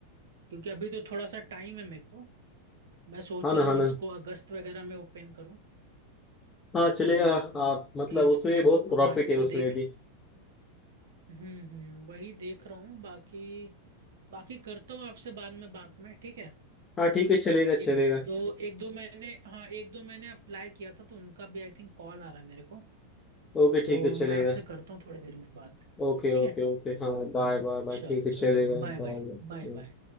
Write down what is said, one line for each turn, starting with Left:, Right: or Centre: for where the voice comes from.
Right: क्योंकि अभी तो थोड़ा सा टाइम है मेरे को मैं सोच
Left: हाँ ना
Right: रहा
Left: हाँ
Right: हूँ
Left: ना
Right: इसको अगस्त वगैरह में ओपन करूँ
Left: हाँ चलेगा
Right: तो
Left: आप मतलब
Right: अभी इसको
Left: उसमें बहुत प्रॉफिट
Right: हाँ इसको
Left: है उसमें
Right: देख
Left: भी
Right: हम्म हम्म वही देख रहा हूँ बाकी बाकी करता हूँ आपसे बाद में बात में ठीक है
Left: हाँ ठीक है चलेगा चलेगा
Right: एक दो एक दो मैंने हाँ एक दो मैंने अप्लाई किया था तो उनका भी आई थिंक कॉल आ रहा है मेरे को
Left: ओके ठीक
Right: तो
Left: है चलेगा
Right: मैं आपसे करता हूँ थोड़ी देर में बात
Left: ओके
Right: ठीक
Left: ओके
Right: है
Left: ओके हाँ बाय बाय बाय
Right: चलो
Left: ठीक है चलेगा
Right: चलो बाय
Left: बाय
Right: बाय
Left: बाय
Right: बाय बाय